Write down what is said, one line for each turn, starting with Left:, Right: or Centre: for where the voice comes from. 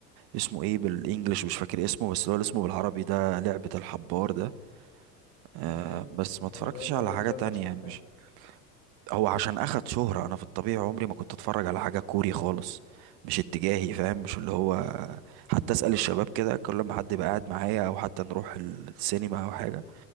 Right: اسمه ايه بالانجلش مش فاكر اسمه بس اللي هو اللي اسمه بالعربي ده لعبة الحبار ده آه
Left: أمم،
Right: بس ما اتفرجتش
Left: هو ده ده
Right: على حاجة
Left: ده
Right: تانية
Left: الاشهر
Right: يعني
Left: فعلا
Right: مش هو عشان اخد شهرة انا في الطبيعي عمري ما كنت اتفرج على حاجة كوري خالص مش اتجاهي فاهم مش اللي هو حتى اسأل الشباب كده كل ما حد يبقى قاعد معايا او حتى نروح السينما او حاجة